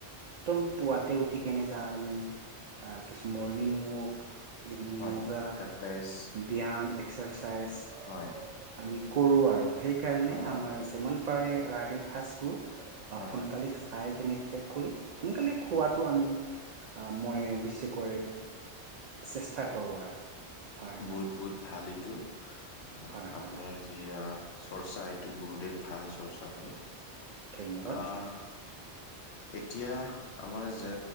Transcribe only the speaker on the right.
একদম পুৱাতে উঠিকনে যা আমি- আ কিছু মৰ্নিং ৱক- এনে
য়োগা
ব্যায়াম এক্সাৰচাইজ-
আমি কৰোঁ আৰু সেইকাৰণে
আমাৰ যিমান পাৰে ৰাতিৰ সাঁচবোৰ- অসোনোনকালেই-
খাই কেনে শেষ কৰি সোনকালে খোৱাটো আমি আ মই বেছিকৈ- চেষ্টা
কৰোঁ আৰু। হয় হয়
হয় হয়
ধন্যবাদ